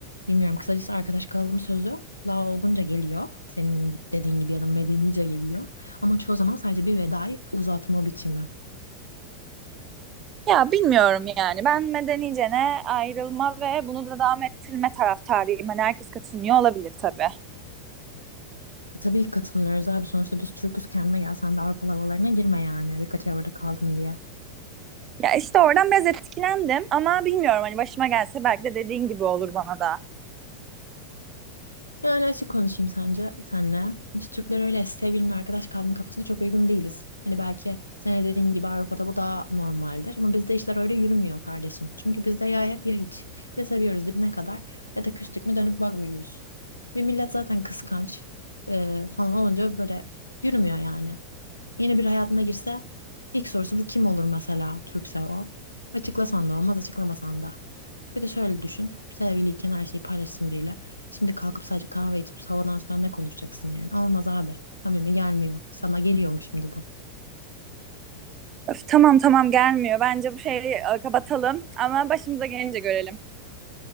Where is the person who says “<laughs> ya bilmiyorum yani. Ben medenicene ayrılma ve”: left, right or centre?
Right